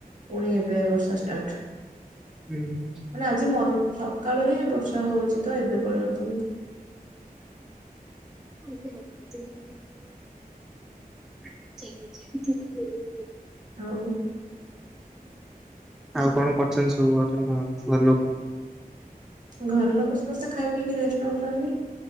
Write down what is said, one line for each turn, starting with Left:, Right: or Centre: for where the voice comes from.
Right: ପୁଣି ଏବେ ବର୍ଷା ଷ୍ଟାର୍ଟ।
Centre: ହୁଁ ହୁଁ।
Right: ମାନେ ଆଜି ମଲ୍ ସକାଳୁ ହିଁ ବର୍ଷା ହଉଚି ତ ଏବେ ପର୍ଯ୍ୟନ୍ତ ବି।
Centre: <unintelligible>
Right: ଆଉ
Centre: ଆଉ କଣ କରୁଚନ୍ତି ସବୁ ଘରେ ଘ ଘର ଲୋକ?
Right: ଘର ଲୋକ ସମସ୍ତେ ଖାଇ ପିଇକି ରେଷ୍ଟ ନଉଚନ୍ତି।